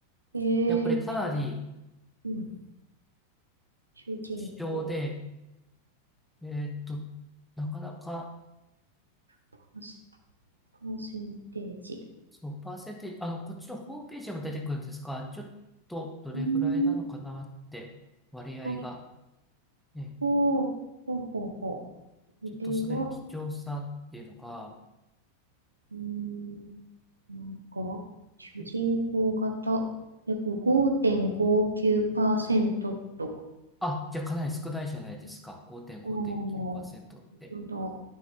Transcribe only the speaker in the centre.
やっぱりかなり
貴重で、えっと、なかなか、
そう、パーセンテージ、あの、こっちのホームページにも出てくるんですが、ちょっとどれぐらいなのかなって、
割合が。
ね、
ちょっとそれ、
貴重さっていうのが、
え
あ、じゃあかなり少ないじゃないですか。5.5.9%
って。